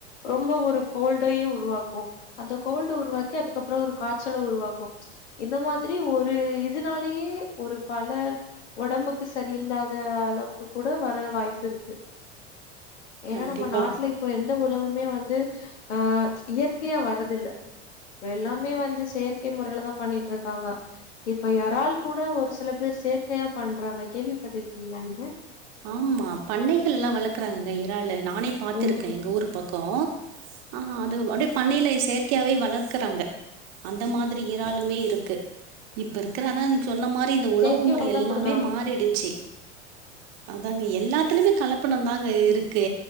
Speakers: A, on the left (about 70°); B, on the right (about 55°).
A: ரொம்ப ஒரு கோல்டையு உருவாக்கும் அந்த கோல்ட்ட உருவாக்கி அதுக்கப்றோ ஒரு காச்சல உருவாக்கும் இந்த மாதிரி ஒரு இதுனாலயே ஒரு பல ஒடம்புக்கு சரியில்லாத அளவுக்கு கூட வர வாய் ப்பு இருக்கு ஏன்னா
B: கண்டிப்பா
A: நம்ம நாட்லயு இப்ப எந்த உணவுமே வந்து அ இயற்கையா வரது தில்ல இப்ப எல்லாமே வந்து செயற்கை முறையிலதா பண்ணிட்டு இருக்காங்க இப்ப யரால் கூட ஒரு சில பேர் சேர்க்கையா பண்றாங்க கேள்விப்பட்டிருக்கீங்ளா நீங்க
B: ஆமா பண்ணைகள்ல எல்லா வளக்கறாங்கங்க இறாளு நானே பாத்துருக்கே
A: ம்
B: எங்க ஊர் பக்கம் ஆ அது அப்டியே பண்ணையிலே செயற்கையாவே வளக்குறாங்க அந்த மாறி இறாளுமே இருக்கு இப்ப இருக் க்கற அத்தா நீ சொன்ன மாறி இந்த உணவு
A: செயற்கை
B: முறை
A: தா
B: எல்லாமே
A: குடுக்குறாங்க
B: மாறிடிச்சி அத்தாங்க எல்லாத்துலயுமே கலப்பணம் தாங்க
A: ம்
B: இருக்கு